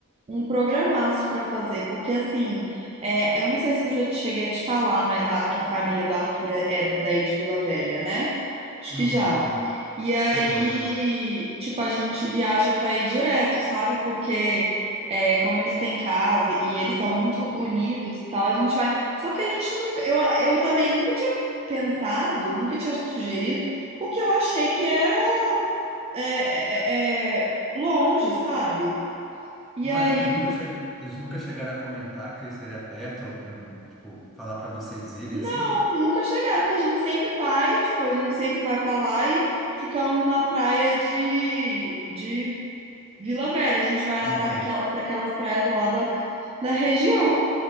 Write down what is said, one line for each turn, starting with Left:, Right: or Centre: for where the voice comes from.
Right: um programaço para fazer, porque assim, é, eu não sei se eu já te cheguei a te falar, mas a- que a família do Arthur é, é daí de Vila Velha, né? Acho
Centre: Uhum,
Right: que já.
Centre: uhum.
Right: E aí,
Centre: Chegou, chegou.
Right: tipo, a gente viaja para ir direto, sabe? Porque é, como eles têm casa e eles são muito unidos e tal, a gente vai. Só que a gente nunca, eu, eu também nunca tinha pensado, nunca tinha sugerido, porque eu achei que era é, é, é, é, longe, sabe? E
Centre: Mas
Right: aí,
Centre: eles nunca, che... eles nunca chegaram a comentar que seria perto, ou, tipo, falar para vocês irem,
Right: não,
Centre: assim?
Right: nunca chegaram, porque a gente sempre vai, tipo, a gente sempre vai pra lá e ficamos na praia de, de Vila Velha. A gente vai lá
Centre: Uhum.
Right: pra aquela, pra aquelas praias lá da, da região.